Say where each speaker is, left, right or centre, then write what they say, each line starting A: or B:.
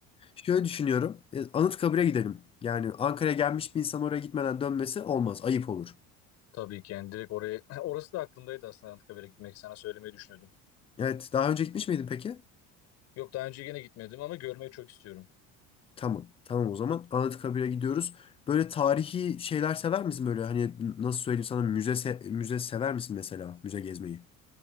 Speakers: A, on the left; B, on the left.
A: şöyle düşünüyorum. E, Anıtkabir'e gidelim. Yani Ankara'ya gelmiş bir insan oraya gitmeden dönmesi olmaz. Ayıp olur.
B: Tabii ki yani direkt oraya <laughs> orası da aklımdaydı aslında Anıtkabir'e gitmek sana söylemeyi düşünüyordum.
A: Evet. Daha önce gitmiş miydin peki?
B: Yok daha önce yine gitmedim ama görmeyi çok istiyorum.
A: Tamam. Tamam o zaman. Anıtkabir'e gidiyoruz. Böyle tarihi şeyler sever misin böyle hani nasıl söyleyeyim sana müze se- müze sever misin mesela müze gezmeyi?